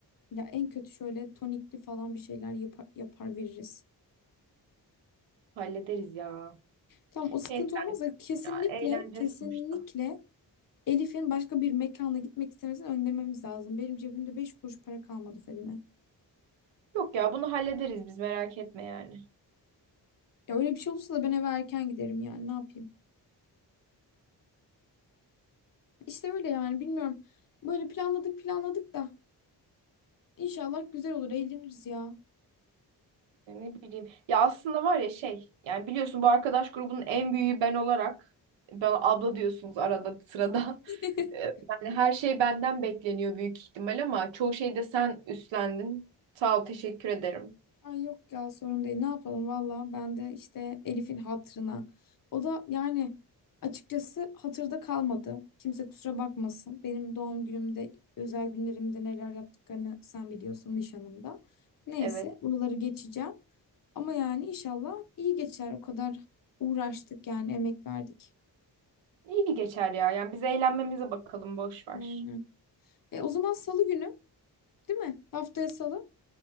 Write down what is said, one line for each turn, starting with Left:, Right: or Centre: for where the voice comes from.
Left: Ya en kötü şöyle tonikli falan bir şeyler yapar, yapar veririz.
Right: Hallederiz ya.
Left: Tam o sıkıntı
Right: Neyse
Left: olmaz da kesinlikle
Right: ya eğlence
Left: kesinlikle
Right: sonuçta.
Left: Elif'in başka bir mekana gitmek istemesini önlememiz lazım. Benim cebimde 5 kuruş para kalmadı Fadime.
Right: Yok ya bunu hallederiz biz merak etme yani.
Left: Ya öyle bir şey olursa da ben eve erken giderim yani ne yapayım. İşte öyle yani bilmiyorum. Böyle planladık planladık da inşallah güzel olur eğleniriz ya.
Right: Ya Ne bileyim. Ya aslında var ya şey yani biliyorsun bu arkadaş grubunun en büyüğü ben olarak ben abla diyorsunuz arada sırada.
Left: <laughs>
Right: <laughs> Ee, Yani her şey benden bekleniyor büyük ihtimal ama çoğu şeyde sen üstlendin. Sağ ol teşekkür ederim.
Left: Ay yok ya sorun değil. Ne yapalım valla ben de işte Elif'in hatırına. O da yani açıkçası hatırda kalmadı. Kimse kusura bakmasın. Benim doğum günümde, özel günlerimde neler yaptıklarını sen biliyorsun nişanımda. Neyse
Right: Evet.
Left: bunları geçeceğim. Ama yani inşallah iyi geçer. O kadar uğraştık yani emek verdik.
Right: İyi geçer ya. Yani biz eğlenmemize bakalım boş ver.
Left: Aynen. E, o zaman salı günü değil mi? Haftaya salı.